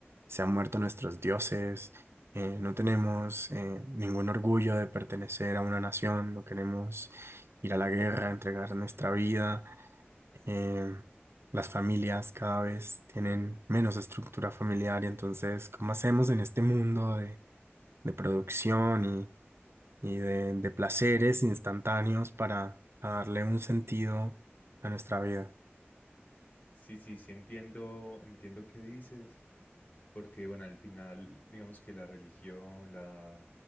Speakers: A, on the right; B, on the left.
A: se han muerto nuestros dioses, eh, no tenemos eh, ningún orgullo de pertenecer a una nación, no queremos ir a la guerra, entregar nuestra vida eh, las familias cada vez tienen menos estructura familiar y entonces, ¿cómo hacemos en este mundo de, de producción y, y de, de placeres instantáneos para darle un sentido a nuestra vida?
B: Sí, sí, sí entiendo, entiendo qué dices, porque bueno, al final, digamos que la religión, la,